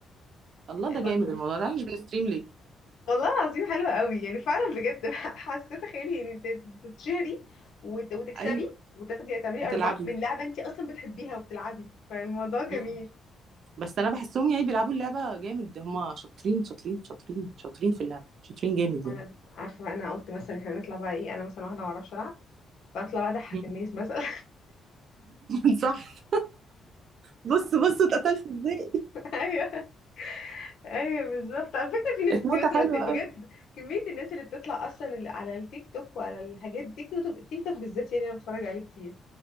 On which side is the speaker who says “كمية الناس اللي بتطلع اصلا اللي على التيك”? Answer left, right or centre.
Left